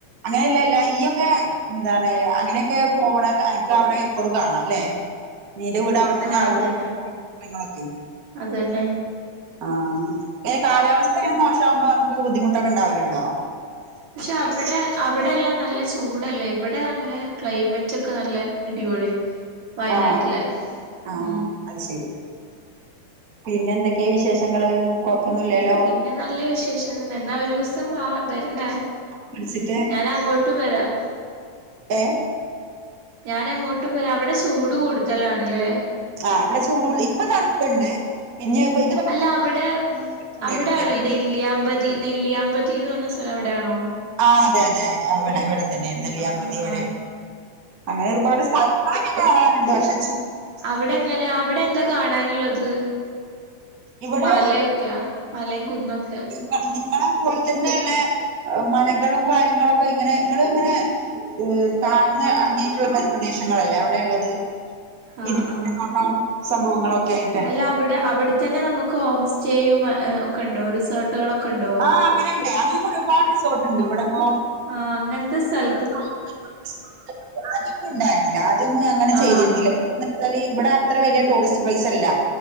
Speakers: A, on the right (about 45°); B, on the right (about 65°).
A: അങ്ങനെല്ല ല്ല ഇയ്യൊക്കെ എന്താണ്
B: ആഹ്
A: അങ്ങനെയൊക്കെ പോവ്ണെ അയ്ക്കാവ്ണത് എപ്പളും കാണാ ല്ലെ? നിന്റെ വീട് അവിടെത്തന്നെ
B: ആഹ്
A: ആവോണ്ട്
B: അതന്നെ
A: <unintelligible> ളൊക്കെ.
B: അതന്നെ.
A: ആഹ്. ഏഹ് ഇങ്ങനെ കാലാവസ്ഥ ഇങ്ങനെ മോശാവുമ്പോ നമുക്ക് ബുദ്ധിമുട്ടൊക്കെ ഇണ്ടാവല്ണ്ടോ?
B: പക്ഷെ അവിടെ അവിടെല്ലാം നല്ല ചൂടല്ലേ? ഇവിടെ അങ്ങനെ ക്ലൈമറ്റൊക്കെ നല്ല അടിപൊളിയാ. വയനാട്ടിലെ
A: ആ ആ
B: ഉം
A: അത് ശരി. പിന്നെ എന്തെക്കെ വിശേഷങ്ങള്? കൊഴപ്പൊന്നുല്ലല്ലോ?
B: പിന്നെ നല്ല വിശേഷം തന്നെ. എന്നാ ഒരൂസം വാ വരണേ.
A: പിടിച്ചിട്ട്
B: ഞാനങ്ങോട്ടും വരാം.
A: ഏഹ്
B: ഞാനങ്ങോട്ടും വരാ. അവിടെ ചൂട് കൂടുതലാണ്ല്ലേ?
A: ആഹ് ഇവ്ടെ ചൂട് കൂട്തലാ. ഇപ്പ തണുപ്പ്ണ്ട്. പിന്നെ ഇപ്പൊ
B: അല്ല അവിടെ ഉം
A: ചൂടായിരുന്നു
B: അവിടെയാണോ
A: ഏപ്രിൽ
B: ഈ നെല്ലിയാമ്പതി? നെല്ലിയാമ്പതീന്ന് പർഞ്ഞ സ്ഥലം അവിടേണോ?
A: ആഹ് അതെ അതെ അവിടെ ഇവിടെ തന്നെണ് നെല്ലിയാമ്പതി
B: ആഹ്
A: ഇവിടേ.
B: ആഹ്
A: അങ്ങനെ ഒരുപാട് സ്ഥലം ഇപ്പൊന്നെ കാണാറുണ്ട് പക്ഷേ
B: അവിടെങ്ങനാ അവിടെ എന്താ കാണാന്ള്ളത്?
A: ഇവിടെ
B: മലയൊക്കെയാ? മലയും കുന്നൊക്കെ.
A: വ നിങ്ങളെ പോലത്തന്നെള്ള ആഹ് മലകളും കാര്യങ്ങളൊക്കെ ഇങ്ങനെ ഇങ്ങള് ഇങ്ങനെ ഏഹ് താഴ്ന്ന് എറങ്ങിയിട്ടുള്ള പരി പ്രദേശങ്ങളല്ലേ അവിടെ ഇള്ളത്? <unintelligible>
B: ആഹ് ആഹ്
A: ങ്ങോട്ടൊ സംഭവങ്ങളൊക്കേയി
B: അല്ല അവിടെ അവിടെത്തന്നെ നമുക്ക് ഹോം സ്റ്റേയും ഏഹ് ഒക്കെണ്ടോ റിസോർട്ടുകളൊക്കെണ്ടോ?
A: ആഹ് അങ്ങനെ ഇണ്ടേ. അങ്ങനെക്കൊരുപാട് റിസോർട്ട്ണ്ട് ഇബടെപ്പോ.
B: ആഹ് അങ്ങൻത്തെ സ്ഥൽ
A: <unintelligible> ആദ്യൊന്നും ഇണ്ടായിന്നില്ല. ആദ്യൊന്നും അങ്ങനെ
B: ആഹ്
A: ചെയ്തിരുന്നില്ല.
B: ആഹ്
A: എന്ന് വച്ചാല് ഇവിടെ അത്ര വലിയ ടൂറിസ്റ്റ് പ്ലേസല്ല.